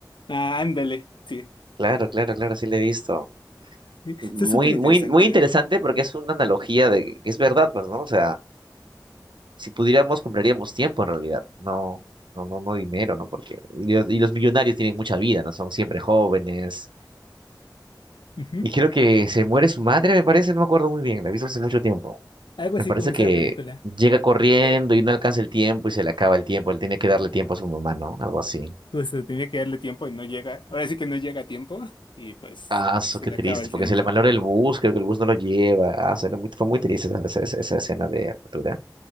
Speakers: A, on the left; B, on the right.
A: Ah, ándale, sí.
B: Claro, claro, claro, sí le he visto.
A: sí.
B: Muy,
A: Está súper interesante.
B: muy, muy interesante porque es una analogía de que es verdad, pues, ¿no? O sea, si pudiéramos, compraríamos tiempo en realidad, no, no, no, no dinero, ¿no? Porque y los, y los millonarios tienen mucha vida, ¿no? Son siempre jóvenes.
A: Ujú.
B: Y creo que se muere su madre, me parece, no me acuerdo muy bien, la he visto hace mucho tiempo.
A: Algo
B: Me
A: así
B: parece
A: comienza
B: que
A: la película.
B: llega corriendo y no alcanza el tiempo y se le acaba el tiempo, él tiene que darle tiempo a su mamá, ¿no? Algo así.
A: Justo, tenía que darle tiempo y no llega. Ahora sí que no llega a tiempo y pues
B: Ah, eso,
A: se
B: qué
A: le
B: triste,
A: acaba el
B: porque
A: tiempo.
B: se le malora el bus, creo que el bus no lo lleva. Ah, se le- fue muy triste esa, esa esa- esa escena de Aventura.